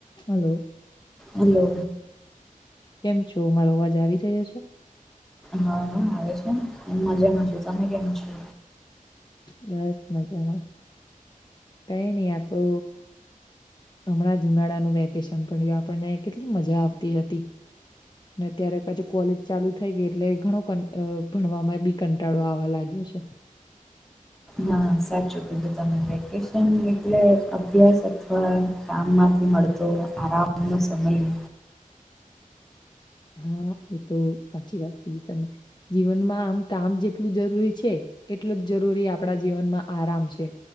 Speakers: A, on the left (about 30°); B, in the centre.
A: હલો
B: હલો
A: કેમ છો? મારો અવાજ આવી રહ્યો છે?
B: હા હ આવે છે ન હુ મજામાં છું તમે કેમ છો?
A: બસ મજામાં કઈ નહ આ તો. હમણાં જુનાળાનું વેકેશન પડ્યું આપણને કેટલી મજા આવતી હતી. અને અત્યારે પછી કોલેજ ચાલુ થઈ ગઈ એટલે ઘણો ભણવામાં બ કંટાળો આવા લાગ્યો છે.
B: હા સાચું કીધું તમે વેકેશન એટલે અભ્યાસ અથવા કામ માંથી મળતો આરામ નો સમય.
A: હા એ તો સાચી વાત કીધી તમે જીવનમાં આમ કામ જે એટલું જરૂરી છે એટલું જ જરૂરી આપણા જીવનમાં આરામ છે.